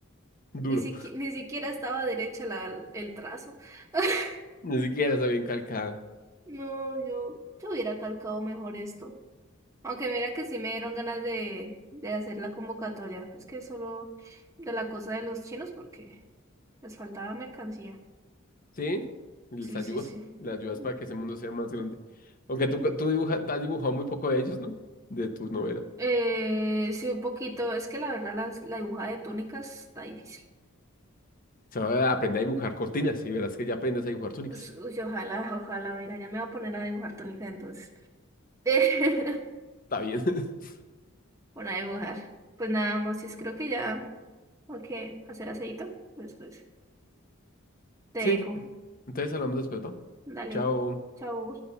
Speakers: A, on the left; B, on the right.
A: duro.
B: ni siquiera, ni siquiera estaba derecha la, el trazo. <laughs>
A: <laughs> Ni siquiera está bien calcada.
B: No, yo, yo hubiera calcado mejor esto. Aunque mira que sí me dieron ganas de, de hacer la convocatoria. Es que solo de la cosa de los chinos porque les faltaba mercancía.
A: ¿Sí? Y Les
B: Sí,
A: ayudas,
B: sí, sí.
A: les ayudas
B: Mm.
A: para que ese mundo sea más grande. Aunque tú, tú dibujas, has dibujado muy poco de ellos, ¿no? De tus novelas.
B: Eh, sí, un poquito. Es que la verdad las- la, dibujada de túnicas está difícil.
A: O sea, aprende a dibujar cortinas y verás que ya aprendes a dibujar túnicas.
B: Pues, uy, ojalá, ojalá. Mira, ya me voy a poner a dibujar túnicas entonces. <laughs>
A: Está bien. <laughs>
B: Bueno, a dibujar. Pues nada, Mosis, creo que ya. Ok, hacer aceito. Pues, pues, te
A: Sí,
B: dejo.
A: entonces hablamos después, ¿va?
B: Dale.
A: Chao.
B: Chao.